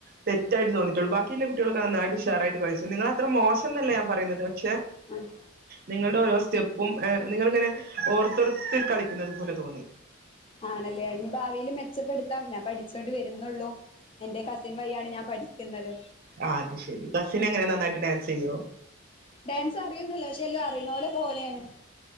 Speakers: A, on the right; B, on the left.
A: തെറ്റായിട്ട് ത്തോന്നയിട്ടുള്ള ബാക്കിയുള്ള കുട്ടികളൊക്കെ നായിട്ട് ഉഷറായിട്ട് കളിച്ചു നിങ്ങളെ അത്ര മോശം ന്നല്ല ഞാൻ പറയുന്നത് പക്ഷെ
B: ആഹ്
A: നിങ്ങളുടെ ഓരോ സ്റ്റെപ്പും നിങ്ങൾങ്ങനെ ഓർത്തെർത്ത് കളിക്കുന്നത് പോലെ തോന്നി
B: ആണല്ലേ ഇനി ഭാവിയിൽ മെച്ചപ്പെടുത്താം ഞാൻ പഠിച്ചോണ്ടി വരുന്നുള്ളൂ എന്റെ കസിൻ വഴിയാണ് ഞാൻ പഠിക്കുന്നത്
A: ആ അത് ശരി കസിന് എങ്ങനെ നന്നായിട്ട് ഡാൻസ് ചെയ്യോ
B: ഡാൻസ് അറിയുന്നന്നല്ലോ പക്ഷെ എല്ലാം അറിനോലെ പോലെയാണ്